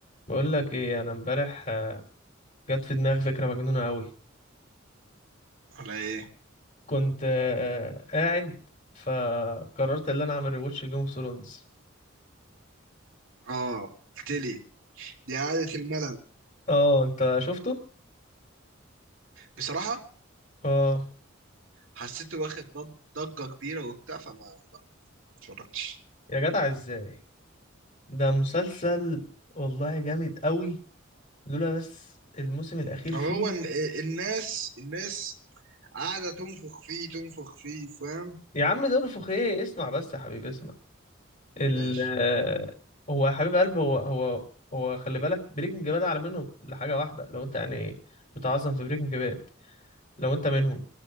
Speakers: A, on the left (about 40°); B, on the right (about 70°).
A: بقول لك ايه انا امبارح آه، جت في دماغي فكره مجنونه قوي
B: على ايه
A: كنت آه، قاعد فقررت ان انا اعمل ريواتش لجيم اوف ثرونز
B: اه قلت لي دي قعدة الملل
A: اه انت شفته
B: بصراحة
A: اه
B: حسيته واخد ضج- ضجة كبيرة وبتاع فما ما اتفرجتش
A: يا جدع ازاي ده مسلسل والله جامد قوي لولا بس الموسم الاخير
B: هو
A: فيه
B: إن- الناس الناس قاعدة تنفخ فيه تنفخ فيه فاهم
A: يا عم ده انفخ ايه اسمع بس يا حبيبي اسمع ال
B: ماشي
A: آه، هو يا حبيب قلب هو هو هو خلي بالك بريكنج باد على منه لحاجه واحده لو انت يعني بتعظم في بريكنج باد لو انت منهم